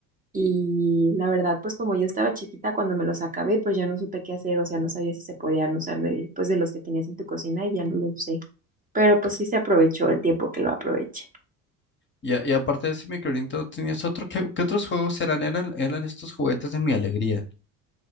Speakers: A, on the right; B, on the left.
A: Y la verdad, pues como yo estaba chiquita, cuando me los acabé, pues ya no supe qué hacer, o sea, no sabía si se podían usar de, pues de los que tenías en tu cocina y ya no lo usé. Pero pues sí se aprovechó el tiempo que lo aproveché.
B: Y, a- y aparte de ese microornito, ¿tenías otro? ¿Qué, qué otros juegos eran? Eran eran estos juguetes de mi alegría.